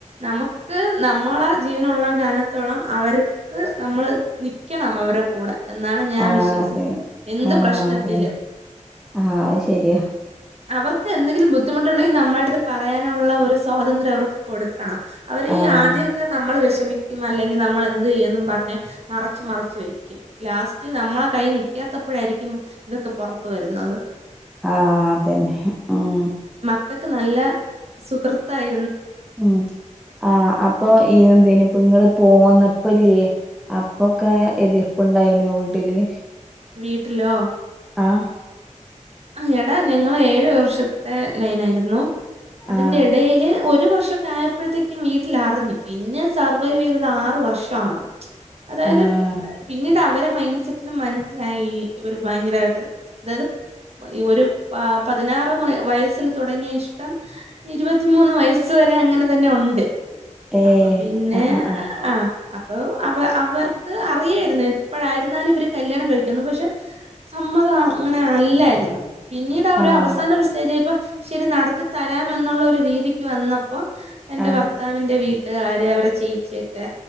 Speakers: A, on the right; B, in the centre.
A: നമുക്ക് നമ്മളെ ജീവനുള്ള കാലത്തോളം അവർക്ക് നമ്മൾ നിക്കണം അവരെ കൂടെ. എന്നാണ് ഞാൻ
B: ആഹ്
A: വിശ്വസിക്കു
B: അതന്നെ
A: എന്ത്
B: ആഹ്
A: പ്രശ്നത്തിലും.
B: അതന്നെ ആഹ് ശെരിയാ
A: അവർക്ക് എന്തെങ്കിലും ബുദ്ധിമുട്ടുണ്ടെങ്കിൽ നമ്മളെടുത്ത് പറയാനുള്ള ഒരു സ്വാതന്ത്ര്യം അവർക്ക് കൊടുക്കണം. അവര് ഈ
B: ആഹ്
A: ആദ്യൊക്കെ നമ്മൾ വെശ് മിക്കും അല്ലെങ്കി നമ്മൾ എന്ത് ചെയ്യുംന്ന് പറ്ഞ്ഞ് മറച്ച് മറച്ച് വെക്കും ലാസ്റ്റ് നമ്മളെ കൈ നിക്കത്തി ത്തപ്പോഴായിരിക്കും ഇതൊക്കെ പൊറത്ത് വരുന്നത്
B: ആ അതന്നെ മ്മ്
A: ക്കക്ക് നല്ല സുഹൃത്തായി
B: മ് ആ അപ്പൊ ഈ എന്തേനിപ്പം ങ്ങള് പോന്ന അപ്പല്ലേ അപ്പൊക്കെ എതിർപ്പുണ്ടായീനോ വീട്ടില്
A: വീട്ടിലോ
B: ആ
A: ആ എടാ ഞങ്ങളേഴു വർഷത്തെ ലൈനായിരുന്നു അതിന്റെടയില്
B: ആഹ്
A: ഒരു വർഷക്കായപ്പോഴത്തേക്കും വീട്ടിലറിഞ്ഞ് പിന്നെ സർവൈവ് ചെയ്തത് ആറ് വർഷണ് അതായത്
B: ആഹ്
A: പിന്നീട് അവരെ മൈൻഡ്സെറ്റ്ൽ മന്സ്സിലായി ഇവര് ഭയങ്കരായ്ട്ട് അതായത് ഒരു പ പതിനാറ് വയസ്സിൽ തുടങ്ങിയ ഇഷ്ടം ഇരുവത്തിമൂന്ന് വയസ്സ് വെരെ അങ്ങനെ തന്നെ ഉണ്ട്
B: ഏഹ്
A: അപ്പൊ പിന്നെ
B: ആഹ് ആഹ് ആഹ്
A: ആ അപ്പൊ അവ അവർ അറിയായ്ര്ന്നു എപ്പോഴായിരുന്നാലും ഇവർ കല്യാണം കഴിക്കുംന്ന് പക്ഷെ സമ്മതം അങ്ങനെ അല്ലായിര്ന്ന് പിന്നീടാ ഒരു
B: ആഹ്
A: അവസാന ഒരു സ്റ്റേജായപ്പോ ശെരി നടത്തിത്തരാമെന്നുള്ളൊരു രീതിക്ക് വന്ന പ്പോ എന്റെ
B: ആഹ്
A: ഭർത്താവിന്റെ വീട്ടുകാര് അവരെ ചേച്യൊക്കെ